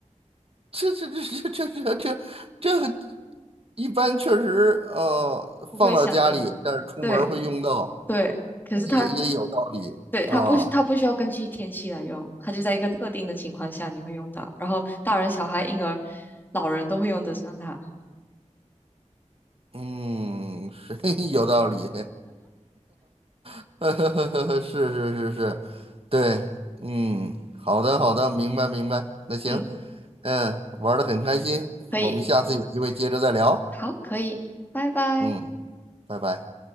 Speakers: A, on the right (about 50°); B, on the left (about 15°).
A: 这这这这这这这这个一般确实，呃，
B: 不会想到。
A: 放到家里，但是出门儿会用到，
B: 对对，可是它
A: 也也有道理啊。
B: 对它不它不需要根据天气来用，它就在一个特定的情况下你会用到，然后大人、小孩、婴儿、老人都会用得上它。
A: 嗯，是 <laughs> 有道理，<laughs> 是是是是，对，嗯，好的好的，明白明白。那行，
B: 嗯，
A: 嗯，玩的很开心，
B: 可以，
A: 我们下次有机会接着再聊。
B: 好，可以，拜拜。
A: 嗯，拜拜。